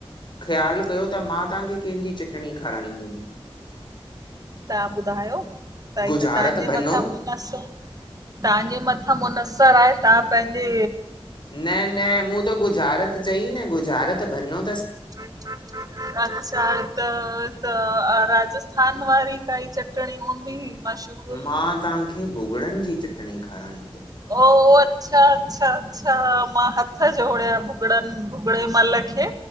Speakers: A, on the left; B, on the right.
A: ख़्यालु कयो त मां तव्हांखे कंहिंजी चटणी खाराईंदुमि
B: तव्हां ॿुधायो त ही
A: गुज़ारत
B: त तव्हांजे
A: भनो
B: मथां मुनस तव्हांजे मथां मुनस त आहे तव्हां पंहिंजी
A: न, न मूं त गुझारत चई न गुझारत भञो
B: अच्छा त, त अरा राजस्थान वारी काई चटणी हूंदी मशहूर
A: मा तव्हांखे भुॻड़नि जी चटणी खाराईंदुमि
B: ओ अच्छा, अच्छा, अच्छा मा हथ जोड़िया भुॻडन, भुॻडे मल खे